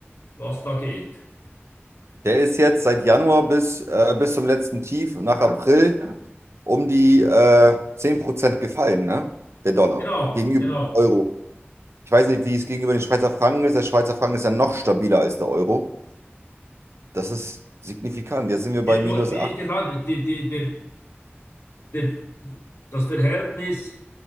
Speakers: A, on the left; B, on the right.
A: was da geht.
B: der ist jetzt seit Januar bis, äh, bis zum letzten Tief nach April um die äh, 10% gefallen, ne? Der Dollar
A: Genau,
B: gegenüber
A: genau.
B: dem Euro. Ich weiß nicht, wie es gegenüber den Schweizer Franken ist. Der Schweizer Franken ist ja noch stabiler als der Euro. Das ist signifikant. Jetzt sind wir
A: Irgendwo,
B: bei minus
A: Wie
B: acht.
A: ich gesagt habe, die, die, der, der, das Verhältnis.